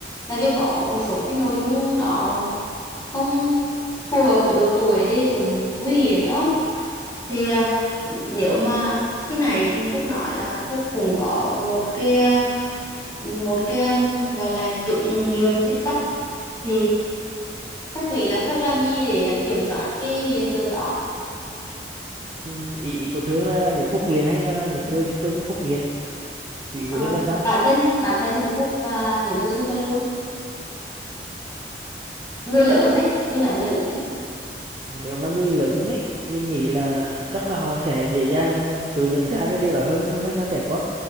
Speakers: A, on the left; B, on the right.
A: tại vì có một số cái nội dung nó không phù hợp với độ tuổi thì cũng nguy hiểm lắm thì à, nếu mà khi này Phúc nói là Phúc cũng có một cái à, một cái um, gọi là chứng nghiện TikTok thì Phúc nghĩ là Phúc làm gì để à, kiểm soát cái hiện tượng đó
B: Ừ, ý ý của Thương là, là nếu Phúc nghiện hay là, là những người xung quanh Phúc nghiện ý
A: Ờ,
B: của Thương là sao
A: bản thân bản thân của Phúc và những người xung quanh luôn người lớn ấy mình nói người lớn ấy
B: nếu mà người lớn ấy mình nghĩ là chắc là họ sẽ dễ dàng tự nhận ra cái điều đó hơn hơn hơn là trẻ con